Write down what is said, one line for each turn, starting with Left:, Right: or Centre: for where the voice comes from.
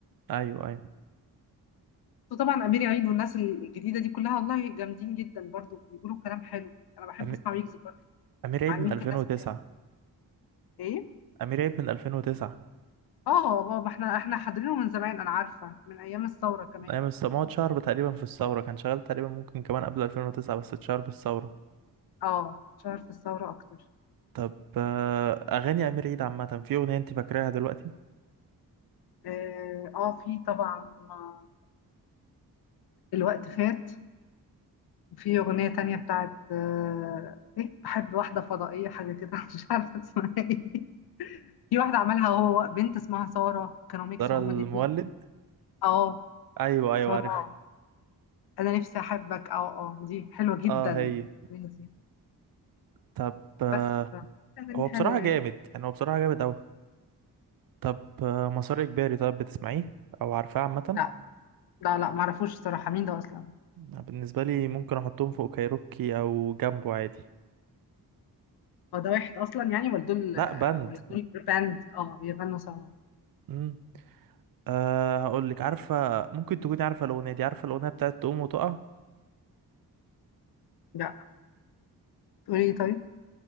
Right: ايوه ايوه
Left: وطبعا امير عيد والناس الجديده دي كلها والله جامدين جدا برضو بيقولوا كلام حلو انا بحب
Right: أمي-
Left: اسمع ويجز برضو
Right: امير عيد
Left: يعني
Right: من
Left: ممكن
Right: 2009
Left: ناس ايه
Right: امير عيد من 2009
Left: اه بابا احنا احنا حاضرينه من زمان انا عارفه من ايام الثوره كمان
Right: ايام
Left: بس
Right: الس- ما
Left: هو
Right: هو اتشهر تقريبا في الثورة كان شغال تقريبا ممكن كمان قبل 2009 بس اتشهر بالثورة
Left: اه شهر في الثوره اكتر
Right: طب آه، اغاني امير عيد عامة في اغنية انت فاكراها دلوقتي
Left: اه, آه في طبعا آه، الوقت فات في اغنيه تانية بتاعت آه ايه بحب واحده فضائيه حاجه كده <laughs> مش عارفه اسمها ايه في واحده عملها هو بنت اسمها ساره كانوا ميكس
Right: ترى
Left: هما
Right: المولد
Left: الاثنين اه
Right: ايوه ايوه
Left: ساره
Right: عارف
Left: انا نفسي احبك اه اه دي حلوه جدا
Right: اه هي
Left: مين دي
Right: طب آه،
Left: بس لا، اغاني
Right: هو بصراحة
Left: حلوه
Right: جامد
Left: يعني
Right: يعني هو بصراحة جامد اوي طب آه، مسار إجباري طب بتسمعيه أو عارفاه عامة
Left: لا لا لا ما اعرفوش الصراحه مين ده اصلا
Right: بالنسبة لي ممكن أحطهم فوق كايروكي أو جنبه عادي
Left: هو ده واحد اصلا يعني ولا دول
Right: لأ
Left: آه،
Right: بند
Left: ولا دول باند اه بيغنوا سوا
Right: مم. أه هقولك عارفة ممكن تكوني عارفة الأغنية دي عارفة الأغنية بتاعت تقوم وتقع
Left: لا تقولي ايه طيب